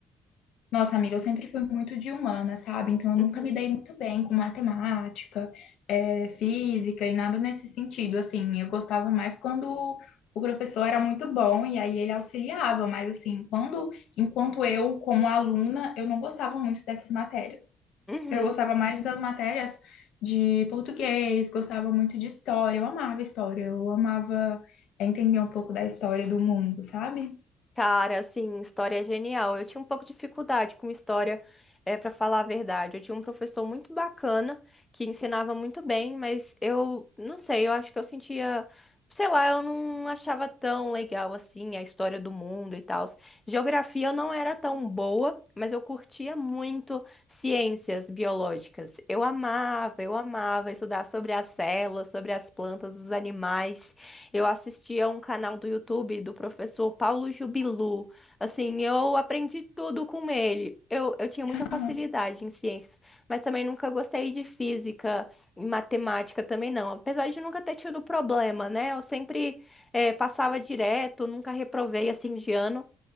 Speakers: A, on the left (about 80°); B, on the left (about 15°).
A: Nossa, amiga, eu sempre fui muito de humana, sabe? Então eu
B: Uhum.
A: nunca me dei muito bem com matemática, eh, física e nada nesse sentido. Assim, eu gostava mais quando o professor era muito bom e aí ele auxiliava, mas assim, quando, enquanto eu, como aluna, eu não gostava muito dessas matérias.
B: Uhum.
A: Eu gostava mais das matérias de português, gostava muito de história, eu amava história, eu amava eh, entender um pouco da história do mundo, sabe?
B: Cara, assim, história é genial. Eu tinha um pouco de dificuldade com história, é, para falar a verdade. Eu tinha um professor muito bacana que ensinava muito bem, mas eu não sei, eu acho que eu sentia, sei lá, eu não achava tão legal assim a história do mundo e tal. Geografia eu não era tão boa, mas eu curtia muito ciências biológicas. Eu amava, eu amava estudar sobre as células, sobre as plantas, os animais. Eu assistia um canal do YouTube do professor Paulo Jubilu. Assim, eu aprendi tudo com ele. Eu, eu tinha muita
A: Hum.
B: facilidade em ciências, mas também nunca gostei de física e matemática também não. Apesar de nunca ter tido problema, né? Eu sempre eh, passava direto, nunca reprovei assim de ano,